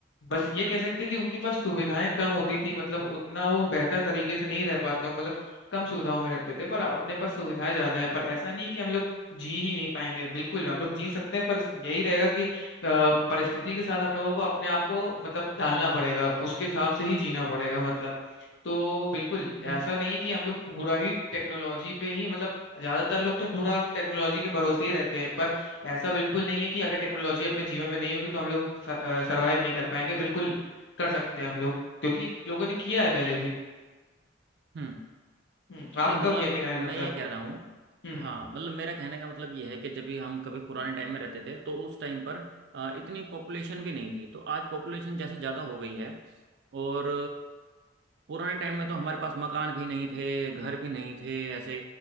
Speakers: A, on the left; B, on the right.
A: बस ये कह सकते हैं कि उनके पास सुविधाएं कम होती थी मतलब उतना वो बेहतर तरीके से नहीं रह पाते होंगे मतलब कम सुविधाओं में रहते थे पर अपने पास सुविधाएं ज्यादा है पर ऐसा नहीं है कि हम लोग जी ही नहीं पाएंगे बिल्कुल हम लोग जी सकते हैं पर यही रहेगा कि अ, परिस्थिति के साथ हम लोगों को अपने आप को मतलब ढालना पड़ेगा उसके हिसाब से ही जीना पड़ेगा मतलब तो बिल्कुल ऐसा
B: नहीं
A: नहीं है कि हम लोग पूरा ही टेक्नोलॉजी पे ही मतलब ज्यादातर लोग तो पूरा टेक्नोलॉजी के भरोसे ही रहते हैं पर ऐसा बिल्कुल नहीं है कि अगर टेक्नोलॉजी अपने जीवन में नहीं होगी तो हम लोग सरवाइव नहीं कर पाएंगे बिल्कुल कर सकते हैं हम लोग क्योंकि लोगों ने किया है पहले भी
B: हम्म
A: हम्म आपका
B: नहीं मतलब
A: क्या कहना है
B: मैं
A: मतलब
B: ये कह रहा हूँ
A: हम्म
B: हाँ मतलब मेरा कहने का मतलब ये है कि जब भी हम कभी पुराने टाइम में रहते थे तो उस टाइम पर अ, इतनी पॉपुलेशन भी नहीं थी तो आज पॉपुलेशन जैसे ज़्यादा हो गई है और पुराने टाइम में तो हमारे पास मकान भी नहीं थे घर भी नहीं थे ऐसे